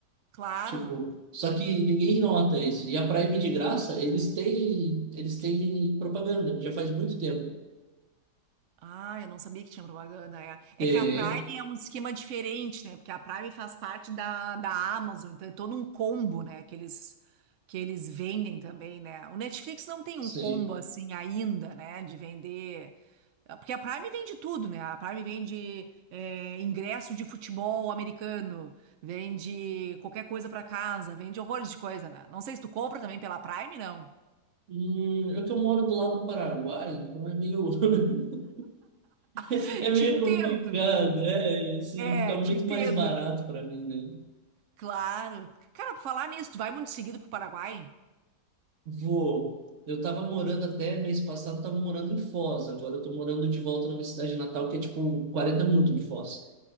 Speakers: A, on the right (about 70°); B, on the right (about 45°).
A: Claro.
B: Tipo, só que ninguém nota isso. E a Prime de graça, eles têm, eles têm propaganda, já faz muito tempo.
A: Ah, eu não sabia que tinha propaganda. É,
B: Tem,
A: é que a Prime é um esquema diferente, né? Porque a Prime faz parte da, da Amazon, então é todo um combo, né? Que eles, que eles vendem também, né? O Netflix não tem
B: sim.
A: um combo assim ainda, né? De vender. Porque a Prime vende tudo, né? A Prime vende é, ingresso de futebol americano, vende qualquer coisa pra casa, vende horrores de coisa, né? Não sei se tu compra também pela Prime, não.
B: Hum, é que eu moro do lado do Paraguai, então é meio, <laughs> é
A: <laughs>
B: meio
A: Te entendo.
B: complicado, é, assim,
A: É,
B: fica muito
A: te entendo.
B: mais barato para mim, né?
A: Claro. Cara, por falar nisso, tu vai muito seguido pro Paraguai?
B: Vou. Eu tava morando até mês passado, tava morando em Foz, agora eu tô morando de volta na minha cidade natal, que é tipo 40 minutos de Foz.